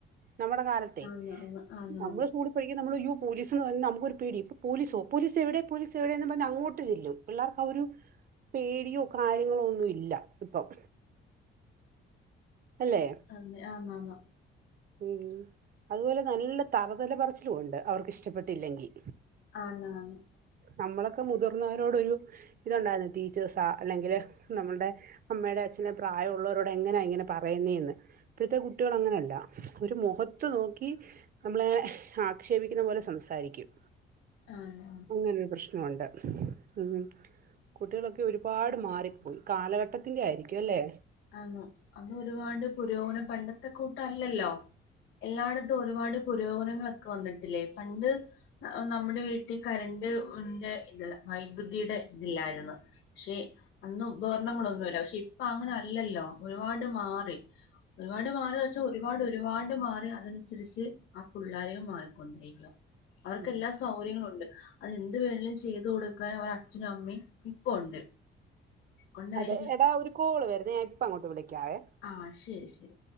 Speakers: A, on the right (about 45°); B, on the left (about 85°).
A: നമ്മുടെ കാലത്ത് തെ
B: ആന്ന് ആന്ന് ആന്ന്
A: നമ്മള്
B: ആന്ന്
A: സ്കൂളിൽ പഠിക്കുമ്പോ നമ്മള് യ്യോ പോലീസി നമുക്കൊരു പേടി പോലീസോ പോലീസ് എവിടെ പോലീസ് എവിടെയന്ന് പറഞ്ഞാ അങ്ങോട് ചെല്ലും പിള്ളർക്ക ആ ഒരു പേടിയോ കാര്യങ്ങളോ ഒന്നും ഇല്ല ഇപ്പം അല്ലേ
B: ആന്നെ ആന്നന്ന
A: ഉംമ് അതുപോലെ നല്ല തറ്തല പറച്ചിലും ഉണ്ട് അവർക്കിഷ്ടപ്പെട്ടില്ലെങ്കിൽ
B: ആണ് ആണ്
A: നമ്മളൊക്കെ മുതിർന്നവരോട ഒരു ഇത്ണ്ടായിരുന്നു ടീച്ചേഴ്സാ അല്ലെങ്കില് നമ്മളുടെ അമ്മയുടെ അച്ഛന പ്രായമുള്ളവരോട് എങ്ങനാ ഇങ്ങനെ പറയുന്നേ ന്ന് ഇപ്പോഴത്തെ കുട്ടികൾ അങ്ങനെയല്ല ഒരു മുഖത്ത് നോക്കി നമ്മളെ ആക്ഷേപിക്കുന്ന പോലെ സംസാരിക്കും
B: ആഹ്
A: അങ്ങനെരു പ്രശ്നമുണ്ട് ഉം കുട്ടികളൊക്കെ ഒരുപാട് മാറിപ്പോയി കാലഘട്ടത്തിന്റെ ആയിരിക്കും അല്ലേ
B: ആന്ന് അന്ന് ഒരുപാട് പുരോഗന പണ്ടത്തെ കൂട്ടല്ലല്ലോ എല്ലായിടത്തും ഒരുപാട് പുരോഗനങ്ങളൊക്കെ വന്നിട്ടില്ലേ പണ്ട് നമ്മുടെ വീട്ടിൽ കരണ്ട്ന്റെ ഇതല്ല വൈദ്യുതിയുടെ ഇതില്ലായിരുന്നു പക്ഷെ അന്നും ഉപകരണങ്ങളൊന്നുമില്ല പക്ഷെ ഇപ്പ അങ്ങനെ അല്ലല്ലോ ഒരുപാട് മാറി ഒരുപാട് മാറി വെച്ചാ ഒരുപാട് ഒരുപാട് മാറി അതനുസരിച്ച് ആ പിള്ളാരെയും മാറിക്കൊണ്ടിരിക്ക അവർക്കെല്ലാ
A: ഉം
B: സൗകര്യങ്ങളുണ്ട് അതെന്ത് വേണങ്കിലും ചെയ്ത് കൊടുക്കാൻ അവരുടെ അച്ഛനും അമ്മയും ഇപ്പ ഉണ്ട് കൊണ്ടായിരിക്കും
A: അതെ എടാ ഒരു കോള് വരുന്നത് ഞാൻ ഇപ്പ അങ്ങോട്ട് വിളിക്കാവെ
B: ആ ശരി ശരി